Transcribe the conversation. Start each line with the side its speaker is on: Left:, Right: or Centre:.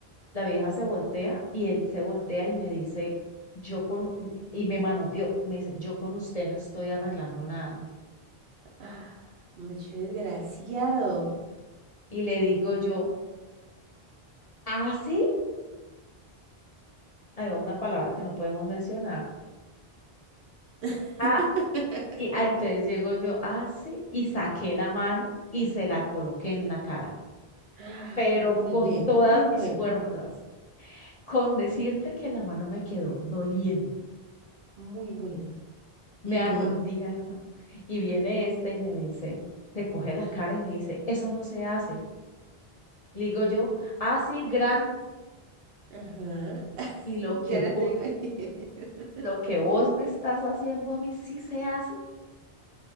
Left: La vieja se voltea y él se voltea y me dice, yo con, u- y me manoteó, y me dice, yo con usted no estoy arreglando nada.
Right: Ah, mucho desgraciado.
Left: Y le digo yo, ¿ah, sí? Ahí va una palabra que no podemos mencionar.
Right: <laughs>
Left: Ah, y ah, entonces llego yo, ah, sí, y saqué la mano y se la coloqué en la cara,
Right: Ah,
Left: pero
Right: Muy
Left: con
Right: bien,
Left: todas
Right: muy
Left: mis
Right: bueno,
Left: fuerzas. Con decirte que la mano me quedó doliendo,
Right: muy bueno.
Left: me
Right: ¿Y
Left: ardía
Right: qué?
Left: la mano. Y viene este y me dice, te coge la cara y me dice, eso no se hace. Le digo yo, así gran,
Right: Ajá. <laughs>
Left: y lo
Right: Ya
Left: que vos,
Right: la tengo ahí. <laughs>
Left: lo que vos me estás haciendo a mí sí se hace.